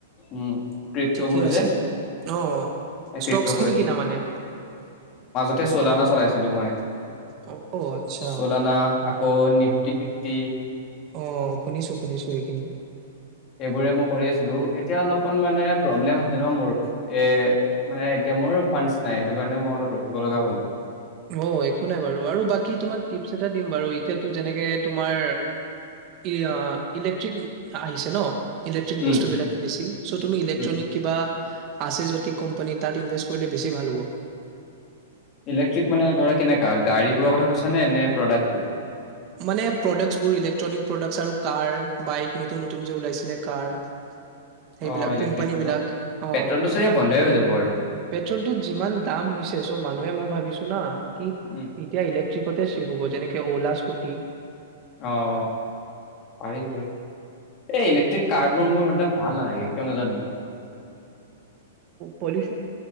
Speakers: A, on the left; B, on the right.
A: উম ক্ৰিপ্ট'বোৰ
B: ঠিকে আছে
A: যে
B: অ
A: ক্ৰিপ্ট'
B: ষ্টকচখিনি কিনা মানে
A: ততে চলানা চলাইছিলো মই
B: অ আচ্ছা
A: চোলানা আকৌ নিফটি ফিফটি
B: অ শুনিছো শুনিছো এইখিনি
A: এইবোৰে মই কৰি আছিলো এতিয়া অলপমান মানে প্ৰব্লেম আছে ন মোৰ এ মানে এতিয়া মোৰ ফাণ্ডচ নাই সেইটো কাৰণে মই অলপ ৰখিব লগা হ'ল
B: অ একো নাই বাৰু আৰু বাকী তোমাক টিপছ এটা দিম বাৰু এতিয়াতো যেনেকে তোমাৰ ই এ ইলেক্ট্ৰিক আহিছে ন ইলেক্ট্ৰিক
A: উম,
B: বস্তু
A: ইলেক্ট্ৰিক
B: বিলাক বেছি চ' তুমি ইলেক্ট্ৰনিক
A: উম
B: কিবা আছে যদি কোম্পানী তাত ইনভেষ্ট কৰিলে বেছি ভাল হ'ব
A: ইলেক্ট্ৰিক মানে ধৰা কেনেকা গাড়ী বোৰৰ কথা কৈছা নে নে প্ৰডাক্ট বোৰ
B: মানে প্ৰডাক্টছবোৰ, ইলেক্ট্ৰনিক প্ৰডাক্টছ আৰু কাৰ, বাইক, নতুন নতুন যে ওলাইছিলে, কাৰ। সেইবিলাক
A: অ ইলেক্ট্ৰিকবোৰ
B: কোম্পানী বিলাক,
A: ন
B: অ',
A: পেট্ৰলটো চাগে বন্ধই হৈ যাব আৰু
B: পেট্ৰলটোত যিমান দাম হৈছে, চ' মানুহে মই ভাবিছোঁ না, কি
A: উম
B: এতিয়া ইলেকট্ৰিক বহুতেই চে'ফ হ'ব, যেনেকে অ'লা স্কুট টি
A: অ', পাৰি বাৰু। এই ইলেক্ট্ৰিক কাৰ বোৰ মোৰ ইমান এটা ভাল নালাগে, কিয় নাজানো।
B: পলিউচন,